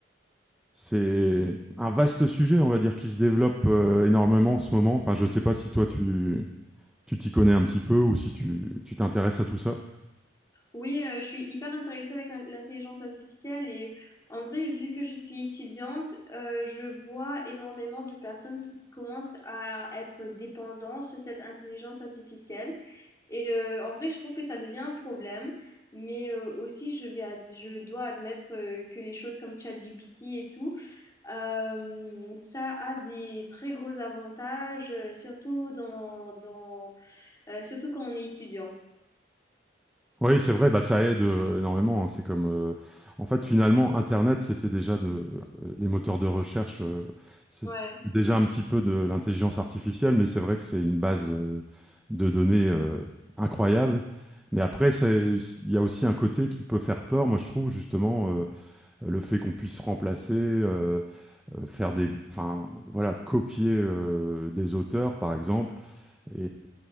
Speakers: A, in the centre; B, on the left.
A: C'est un vaste sujet, on va dire, qui se développe euh, énormément en ce moment. Enfin, je ne sais pas si toi, tu tu t'y connais un petit peu ou si tu tu t'intéresses à tout ça.
B: Oui, euh, je suis hyper intéressée avec l'in- l'intelligence artificielle et en vrai, vu que je suis étudiante, euh, je vois énormément de personnes qui commencent à être dépendantes sur cette intelligence artificielle. Et euh, en vrai, je trouve que ça devient un problème, mais euh, aussi je vais ad- je dois admettre euh, que les choses comme ChatGPT et tout, euh, ça a des très gros avantages, euh, surtout dans, dans, euh, surtout quand on est étudiant.
A: Oui, c'est vrai, bah, ça aide euh, énormément. hein. C'est comme, euh, en fait, finalement, Internet, c'était déjà de, euh, les moteurs de recherche, euh, c'est
B: Ouais.
A: déjà un petit peu de l'intelligence artificielle, mais c'est vrai que c'est une base euh, de données euh, incroyable. Mais après, c'est- il y a aussi un côté qui peut faire peur, moi je trouve, justement, euh, le fait qu'on puisse remplacer, euh, euh, faire des, enfin, voilà, copier euh, des auteurs, par exemple. Et,